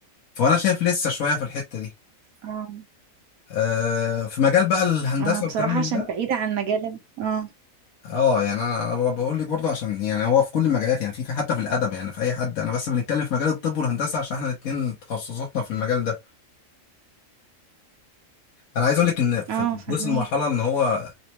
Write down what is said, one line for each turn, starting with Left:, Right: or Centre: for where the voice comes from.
Left: فانا شايف لسه شويه في الحته دي
Right: اه
Left: أه في مجال بقى الهندسه
Right: انا بصراحة
Left: والكلام من
Right: عشان
Left: ده
Right: بعيدة عن مجال اه
Left: اه يعني انا انا بقول لك برضه عشان يعني هو في كل المجالات يعني في حتى في الادب يعني في اي حد انا بس بنتكلم في مجال الطب والهندسه عشان احنا الاثنين تخصصاتنا في المجال ده انا عايز اقول لك ان في
Right: اه فاهميك
Left: وصل مرحله ان هو